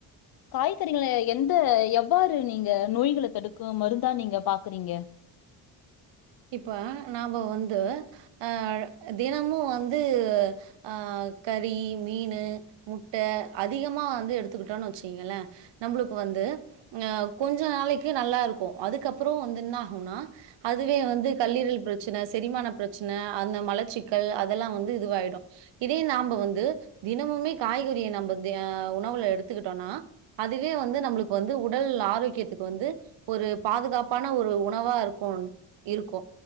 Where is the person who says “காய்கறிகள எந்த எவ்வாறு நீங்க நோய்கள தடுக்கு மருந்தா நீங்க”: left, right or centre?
Left